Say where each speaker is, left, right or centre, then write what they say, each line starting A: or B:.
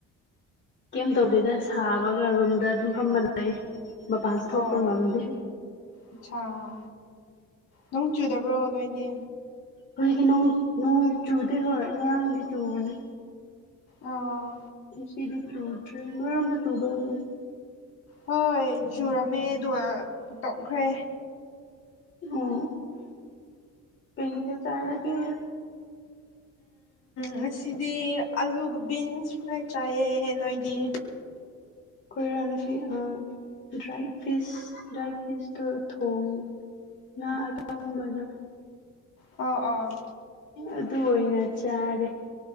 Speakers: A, on the left; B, on the left.
A: ꯀꯩꯝ ꯇꯧꯗꯦꯗ ꯁꯥꯕꯒ ꯔꯨꯝꯗ ꯑꯗꯨꯝ ꯐꯝꯃ ꯂꯩ ꯃꯄꯥꯟꯁꯨ ꯊꯣꯛꯄ
B: ꯑꯣ
A: ꯉꯝꯗꯦ
B: ꯑꯆꯥꯥ ꯅꯣꯡ ꯆꯨꯗꯕ꯭ꯔꯣ ꯅꯣꯏꯗꯤ
A: ꯍꯧꯖꯤꯛꯇꯤ ꯅꯣꯡ ꯅꯣꯡ ꯆꯨꯗꯦ ꯍꯣꯏ ꯉꯔꯥꯡꯗꯤ ꯆꯨꯕꯅꯦ
B: ꯑꯥ
A: ꯉꯁꯤꯗꯤ ꯆꯨꯗꯔ꯭ꯤ ꯅꯣꯏꯔꯣꯝꯗ ꯆꯨꯕꯔ꯭ ꯍꯧꯖꯤꯛ
B: ꯍꯣꯏ ꯆꯨꯔꯝꯃꯦ ꯑꯗꯨꯒ ꯇꯣꯛꯈ꯭ꯔꯦ
A: ꯑꯣ ꯀꯩ ꯃꯊꯦꯜ ꯆꯔꯒꯦ
B: ꯉꯁꯤꯗꯤ ꯑꯂꯨꯒ ꯕꯤꯟꯁ ꯐ꯭ꯔꯥꯏ ꯆꯥꯏꯌꯦ ꯅꯣꯏꯗꯤ
A: ꯈꯣꯏꯔ ꯉꯁꯤ ꯑ ꯗ꯭ꯔꯥꯏ ꯐꯤꯁ ꯗ꯭ꯔꯥꯏ ꯐꯤꯁꯇꯣ ꯊꯣꯡ ꯉꯥ ꯑꯀꯪꯕꯗꯣ
B: ꯑꯣ ꯑꯣ
A: ꯑꯗꯨ ꯑꯣꯏꯅ ꯆꯥꯔꯦ